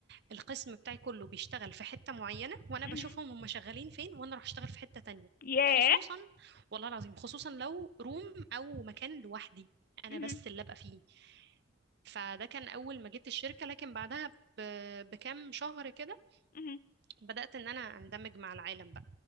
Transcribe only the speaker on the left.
مهم.
ياه
مهم.
مهم.